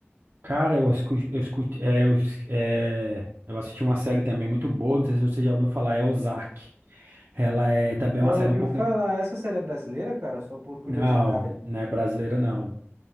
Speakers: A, on the right (about 60°); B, on the right (about 80°).
A: Cara, eu escutei, eu escu- é, eu s- é, eu assisti uma série também muito boa, não sei se você já ouviu falar, é Ozark. Ela é também
B: Já
A: uma série
B: ouviu
A: um pouco
B: falar?
A: an-
B: Essa série é brasileira, cara? Só por curiosidade.
A: Não, não é brasileira não.